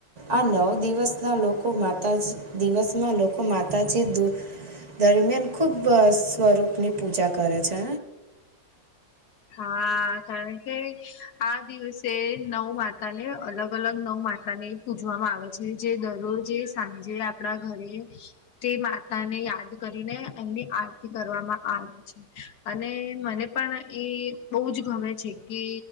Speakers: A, on the right; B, on the left.
A: આ નવ દિવસના લોકો માતાજી દિવસમાં લોકો મા તાજી દૂ દરમિયાન ખૂબ સ્વરૂપની પૂજા કરે છે.
B: હા કારણ કે આ દિવસે નવ માતા ને અલગ અલગ નવ માતા ને પૂજવામાં આવે છે. જે જે દરરોજે સાંજે આપડા ઘરે તે માતા ને યાદ કરીને એમની આરતી કરવામાં આવે છે. અને મને પણ એ બઉ જ ગમે છે કે